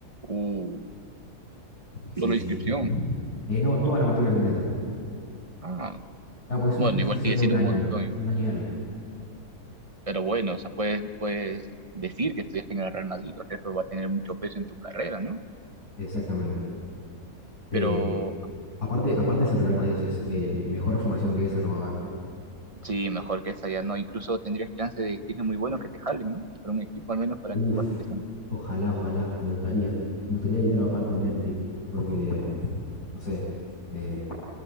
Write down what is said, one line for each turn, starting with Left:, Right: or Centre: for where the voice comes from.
Right: Uh,
Left: Sí,
Right: solo
Left: sí.
Right: inscripción.
Left: Eh, no, toda la matrícula completa.
Right: Ah,
Left: Claro, porque es una
Right: bueno,
Left: especialización
Right: igual sigue
Left: de
Right: siendo
Left: un año,
Right: un montón,
Left: creo.
Right: igual.
Left: Un año y algo.
Right: Pero bueno, o sea, puedes, puedes decir que estudiaste en el Real Madrid, o sea, eso va a tener mucho peso en tu carrera, ¿no?
Left: Exactamente. Eh,
Right: Pero
Left: aparte, aparte es el Real Madrid, o sea, es el mejor formación que esa no va a haber.
Right: sí, mejor que esa ya no, incluso tendrías chance de decirle muy bueno que te jalen, ¿no? Por un equipo al menos para
Left: Uf,
Right: que puedas empezar.
Left: ojalá, ojalá, me gustaría. Me gustaría ir a trabajar con Hendrik, porque, no sé, eh,